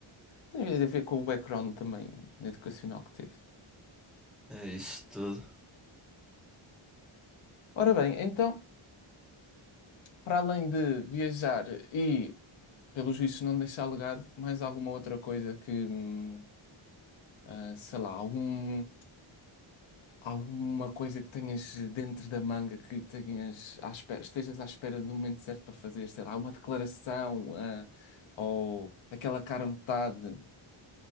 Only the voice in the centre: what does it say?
É isso tudo.